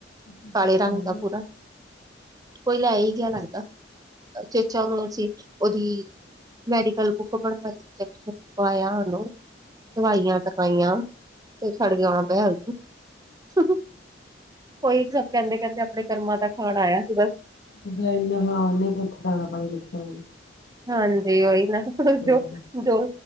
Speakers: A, on the left (about 70°); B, on the right (about 20°).
A: ਫ਼ਰਕ
B: ਕਾਲੇ ਰੰਗ
A: ਹੈਗਾ
B: ਦਾ ਪੂਰਾ। ਕੋਈ ਲੈ ਹੀ ਗਿਆ ਲੱਗਦਾ ਚੇਚਾ ਹ ਅਸੀ ਉਹਦੀ ਮੈਡੀਕਲ ਬੁੱਕ ਬਣਵਾਈ ਇੰਜੈਕਸ਼ਨ ਲਗਵਾਇਆ ਉਨੂੰ ਦਵਾਈਆਂ ਟਕਾਈਆਂ। ਤੇ ਛੜ ਗਆਉਣਾ ਪੈ ਹੇਲਥ <unintelligible> ਕੋਈ ਸਭ ਕੈਂਦੇ, ਕੈਂਦੇ ਆਪਣੇ ਕਰਮਾਂ ਦਾ ਖਾਣ ਆਇਆ ਸੀ ਬਸ।
A: ਉਦਿਹਾਂ ਉਹਨੇ ਉੱਥੇ ਦਾਣਾ ਪਾਣੀ ਲਿੱਖਿਆ।
B: ਹਾਂਜੀ ਉਹੀ ਨਾ ਜੋ।
A: ਹਾਂ
B: ਜੋ